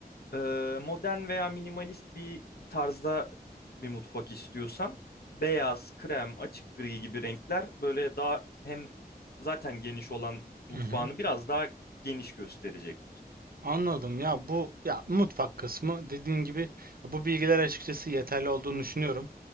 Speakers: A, on the left; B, on the right.
A: e, modern veya minimalist bir tarzda bir mutfak istiyorsan beyaz, krem, açık gri gibi renkler böyle daha hem zaten geniş olan mutfağını
B: Hı hı.
A: biraz daha geniş gösterecektir.
B: Anladım ya bu ya mutfak kısmı dediğin gibi bu bilgiler açıkçası yeterli olduğunu düşünüyorum.